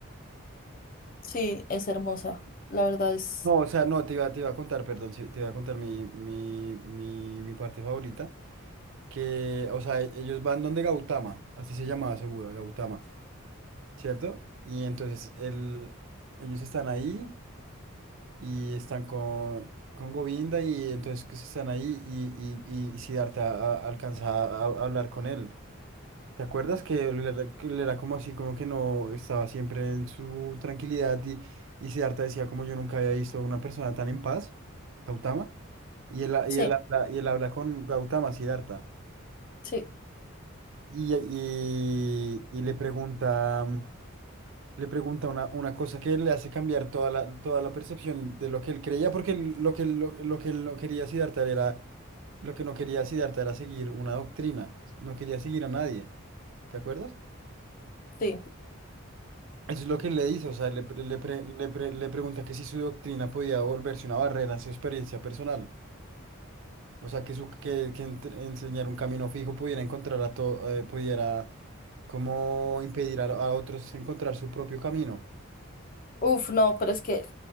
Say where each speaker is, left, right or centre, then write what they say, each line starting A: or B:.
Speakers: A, on the left; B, on the right.
A: Sí, es hermosa. La verdad es.
B: no, o sea, no, te iba, te iba a contar, perdón, sí, te iba a contar mi, mi, mi, mi parte favorita. Que, o sea, ellos van donde Gautama, así se llamaba ese Buda, Gautama, ¿cierto? Y entonces el, ellos están ahí y están con, con Govinda y entonces que se están ahí y, y, y, y Siddhartha a- alcanza a a hablar con él. ¿Te acuerdas que él era, que él era como así, como que no estaba siempre en su tranquilidad y, y Siddhartha decía como yo nunca había visto una persona tan en paz, Gautama? Y él, ha-
A: Sí,
B: y él, habla, y él habla con Gautama, Siddhartha,
A: sí,
B: y, y, y le pregunta, mm, le pregunta una, una cosa que le hace cambiar toda la, toda la percepción de lo que él creía, porque él- lo que, él- lo, lo que él no quería Siddhartha era, lo que no quería Siddhartha era seguir una doctrina, no quería seguir a nadie, ¿te acuerdas?
A: sí.
B: Eso es lo que le dice, o sea, le, pre- le, pre- le, pre- le pregunta que si su doctrina podía volverse una barrera a su experiencia personal, o sea, que, su, que, que entre- enseñar un camino fijo pudiera encontrar a todo, pudiera como impedir a, a otros encontrar su propio camino.
A: Uf, no, pero es que.